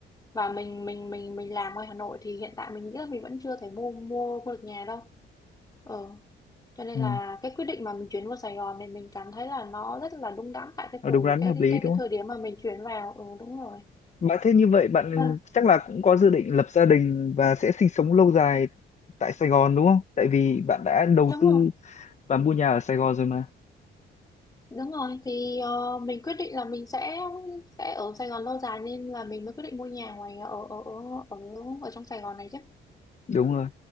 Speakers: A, on the left; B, on the left.
A: và mình mình mình mình làm ngoài Hà Nội thì hiện tại mình nghĩ là mình vẫn chưa thể mua mua mua được nhà đâu. Ừ cho nên
B: Ừ,
A: là cái quyết định mà mình chuyển vào Sài Gòn này mình cảm thấy là nó rất là đúng đắn tại cái
B: ờ,
A: thời
B: đúng đắn
A: cái
B: hợp lý
A: cái
B: đúng
A: cái
B: không?
A: thời điểm mà mình chuyển vào ừ đúng rồi
B: Bạn thế như vậy bạn
A: Ừ,
B: chắc là cũng có dự định lập gia đình và sẽ sinh sống lâu dài tại Sài Gòn đúng không? Tại vì bạn đã đầu
A: đúng
B: tư
A: rồi
B: và mua nhà ở Sài Gòn rồi mà.
A: đúng rồi thì ờ, mình quyết định là mình sẽ sẽ ở Sài Gòn lâu dài nên là mình mới quyết định mua nhà ngoài ở ở ở ở, ở trong Sài Gòn này chứ
B: Đúng rồi.